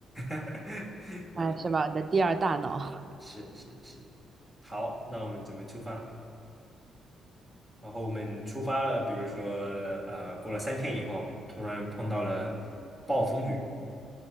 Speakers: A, in the centre; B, on the right (about 35°).
A: <laughs> 我的
B: 哎，是吧？你的第二大脑。<laughs>
A: 是是是，好，那我们准备出发。然后我们出发了，比如说呃，过了三天以后，突然碰到了暴风雨。